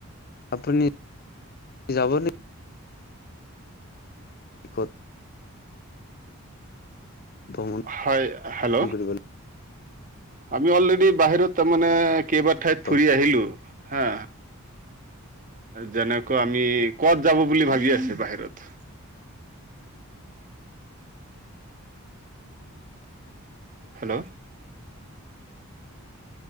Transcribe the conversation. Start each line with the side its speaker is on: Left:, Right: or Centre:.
Left: আপুনি, যাবনে ক'ত ভ্ৰমণ
Right: হয় হেল্ল?
Left: কৰিবলৈ
Right: আমি অলৰেডি বাহিৰত, তাৰমানে কেইবা ঠাইত
Left: ক'ত
Right: ফুৰি আহিলো হা। যেনেকৈ, আমি ক'ত যাব বুলি ভাবি আছে বাহিৰত? হেল্ল?